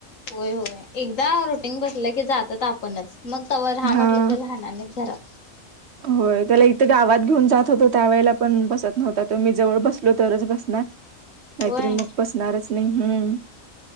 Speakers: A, on the left; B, on the right.
A: होय, होय. एकदा रुटीन बसलं की जातात आपणच, मग तवा राहा
B: हा
A: म्हटलं तरी राहणार नाहीत घरात
B: होय, त्याला इथं गावात घेऊन जात होतो, त्यावेेळेला पण बसत नव्हता तो, मी जवळ बसलो तरच बसणार. नाहीतर
A: होय.
B: मग बसणारच नाही. हम्म!